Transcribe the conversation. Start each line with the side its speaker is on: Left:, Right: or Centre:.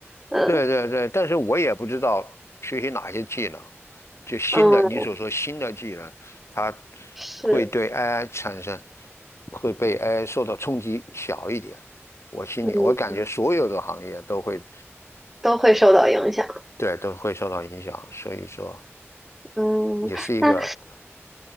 Centre: 嗯
Left: 对对对，但是我也不知道学习哪些技能，就新的，
Centre: 嗯，
Left: 你所说新的技能，它会对
Centre: 是，
Left: AI 产生，会被 AI 受到冲击小一点。我心里，
Centre: 嗯，
Left: 我感觉所有的行业都会，
Centre: 都会受到影响。
Left: 对，都会受到影响，所以说
Centre: 嗯，
Left: 也是一个。
Centre: 那